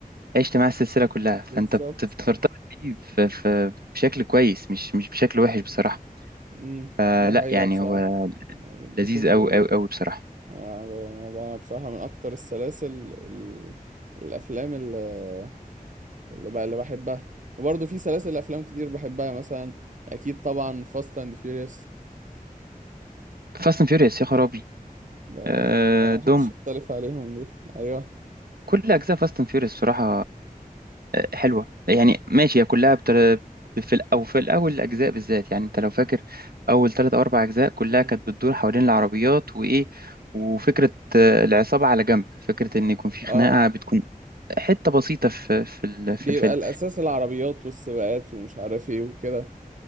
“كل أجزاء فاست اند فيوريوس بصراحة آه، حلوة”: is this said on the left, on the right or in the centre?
Right